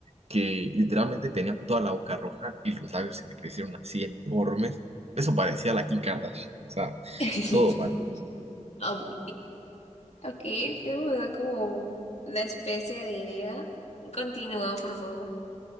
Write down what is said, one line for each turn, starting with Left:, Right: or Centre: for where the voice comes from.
Right: que literalmente tenía toda la boca roja y los labios se me crecieron así enormes. Eso parecía la Kim Kardashian, o sea,
Left: <laughs>
Right: todo mal.
Left: Ok, ok, que me da como una especie de idea. Continúa, por favor.